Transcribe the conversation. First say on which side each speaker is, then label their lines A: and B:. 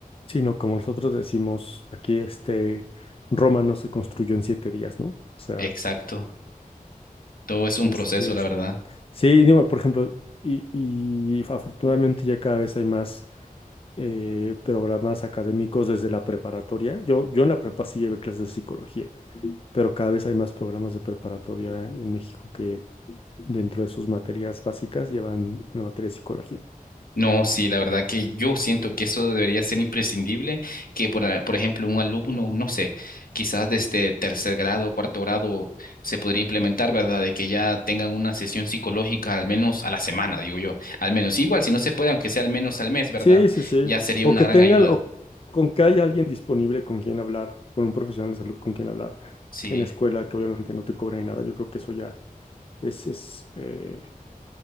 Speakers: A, on the left; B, on the left.
A: sí, no, como nosotros decimos aquí, este, Roma no se construyó en siete días, ¿no? O sea,
B: Exacto. Todo es un
A: este,
B: proceso,
A: es-
B: la verdad.
A: sí, digo, por ejemplo, y, y afortunadamente ya cada vez hay más eh, programas académicos desde la preparatoria. Yo, yo en la prepa sí llevé clases de psicología pero cada vez hay más programas de preparatoria en México que dentro de sus materias básicas llevan la materia de psicología.
B: No, sí, la verdad que yo siento que eso debería ser imprescindible, que por, a- por ejemplo un alumno, no sé, quizás desde tercer grado, cuarto grado, se podría implementar, ¿verdad? De que ya tengan una sesión psicológica al menos a la semana, digo yo, al menos. Igual, si no se puede, aunque sea al menos al mes, ¿verdad?
A: Sí, sí, sí.
B: Ya sería
A: O
B: una
A: que
B: gran
A: tengan,
B: ayuda.
A: o con que haya alguien disponible con quien hablar, con un profesional de salud con quien hablar
B: Sí,
A: en la escuela, que obviamente no te cobra ni nada. Yo creo que eso ya es, es eh,